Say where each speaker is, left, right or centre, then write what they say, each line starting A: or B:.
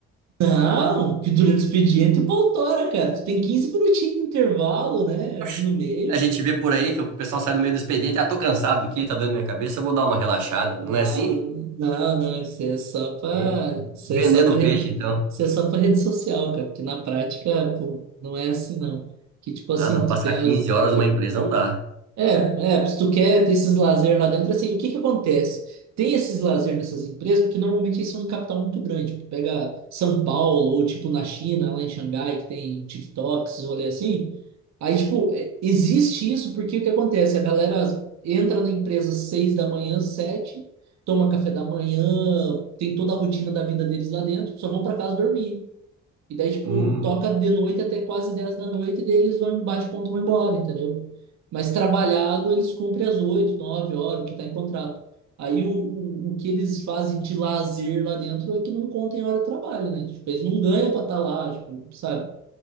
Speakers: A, on the right; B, on the right.
A: Não, que durante o expediente o pau tora, cara. Tu tem 15 minutinhos de intervalo, né? Ali
B: Oxe,
A: no meio.
B: A gente vê por aí que o pessoal sai no meio do expediente, ah, tô cansado aqui, tá doendo minha cabeça, eu vou dar uma relaxada. Não
A: Nada,
B: é assim?
A: não, não, não, isso é só pra,
B: É.
A: isso
B: Vendendo
A: é só pra, re-
B: peixe, então.
A: isso é só pra rede social, cara. Porque na prática, pô, não é assim, não. Que tipo assim,
B: Ah, não,
A: tu
B: passar
A: tem as,
B: 15 horas numa empresa não dá.
A: É, é, se tu quer ter esses lazer lá dentro, assim, o que que acontece? Tem esses lazer nessas empresas, porque normalmente eles são em capital muito grande. Tu pega São Paulo, ou tipo na China, lá em Xangai, que tem TikToks, rolê assim. Aí, tipo, é, existe isso porque o que acontece? A galera entra na empresa às seis da manhã, sete, toma café da manhã, tem toda a rotina da vida deles lá dentro, só vão pra casa dormir. E daí, tipo,
B: Hum,
A: toca de noite até quase 10 da noite, e daí eles vão, bate ponto, e vão embora, entendeu? Mas trabalhado, eles cumprem às 8 9 horas, o que tá em contrato. Aí o, o, o que eles fazem de lazer lá dentro é que não contem a hora de trabalho, né? Tipo, eles não ganham pra estar lá, tipo, sabe?